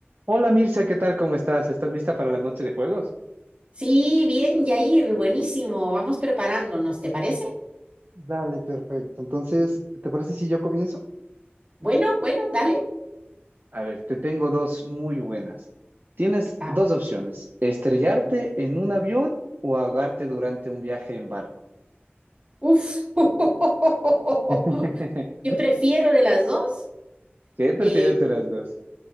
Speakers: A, on the right; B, on the right.
A: Hola Mirza, ¿qué tal? ¿Cómo estás? ¿Estás lista para la noche de juegos?
B: Sí, bien, Yair, buenísimo. Vamos preparándonos, ¿te parece?
A: Dale, perfecto. Entonces, ¿te parece si yo comienzo?
B: Bueno, bueno, dale.
A: A ver, te tengo dos muy buenas. Tienes
B: Ah,
A: dos opciones, estrellarte en un avión o ahogarte durante un viaje en barco.
B: uf. <laughs>
A: <laughs>
B: ¿Qué prefiero de las dos?
A: ¿Qué prefieres
B: Eh,
A: de las dos?